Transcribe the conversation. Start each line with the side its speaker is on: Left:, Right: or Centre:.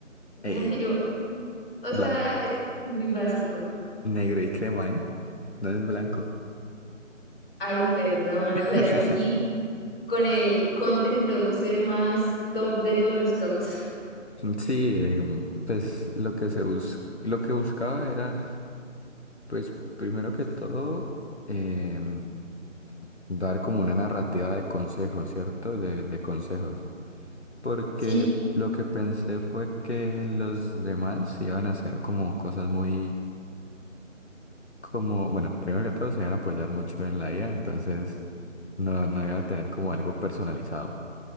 Centre: Como
Left: Eh,
Centre: que yo, o
Left: blanco,
Centre: sea, es muy básico.
Left: negro y crema, ¿eh? No es blanco.
Centre: Ay, perdón,
Left: <laughs>
Centre: o sea, yo aquí con el content producer más top de todos los tops. <laughs>
Left: Sí, em, pues lo que se bus- lo que buscaba era, pues primero que todo, em, dar como una narrativa de consejos, ¿cierto? De, de consejos. porque
Centre: Sí, sí,
Left: lo que pensé fue que los demás iban a hacer como cosas muy, como, bueno, primero que todo se iban a apoyar mucho en la IA, entonces no, no iba a tener como algo personalizado.